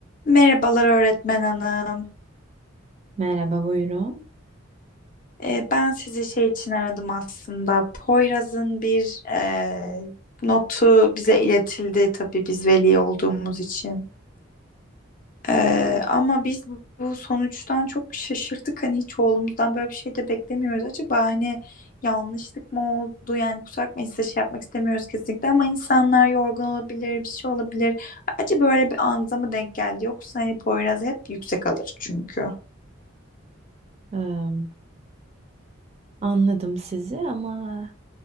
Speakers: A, on the left; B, on the right.
A: Merhabalar öğretmen hanım.
B: Merhaba, buyurun.
A: Ee, ben sizi şey için aradım aslında. Poyraz'ın bir e, notu bize iletildi tabii biz veli olduğumuz için. Ee, ama biz bu bu sonuçtan çok şaşırdık. Hani hiç oğlumuzdan böyle bir şey de beklemiyoruz. Acaba hani yanlışlık mı oldu? Yani kusura bakmayın size şey yapmak istemiyoruz kesinlikle ama insanlar yorgun olabilir, bir şey olabilir. Acaba böyle bir anıza mı denk geldi? Yoksa hani Poyraz hep yüksek alır çünkü.
B: Ee, anladım sizi ama